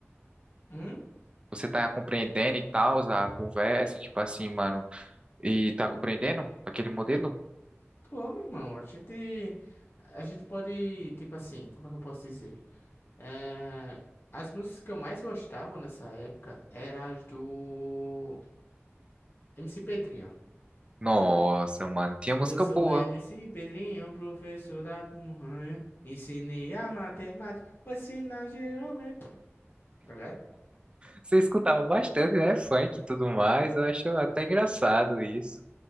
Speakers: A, on the left (about 55°); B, on the right (about 25°).
A: Hum?
B: Você tá compreendendo e tal a conversa, tipo assim, mano. E tá compreendendo aquele modelo?
A: Tô, meu irmão. A gente. A gente pode. Tipo assim, como é que eu posso dizer? É, As músicas que eu mais gostava nessa época eram as do MC Pedrinho.
B: Nossa, mano. Tinha música
A: Eu sou
B: boa.
A: MC Pedrinho, professor da Punhanha. Ensinei a matemática, vou ensinar geometria. Tá ligado?
B: Você escutava bastante, né? Funk e tudo mais. Eu acho até engraçado isso.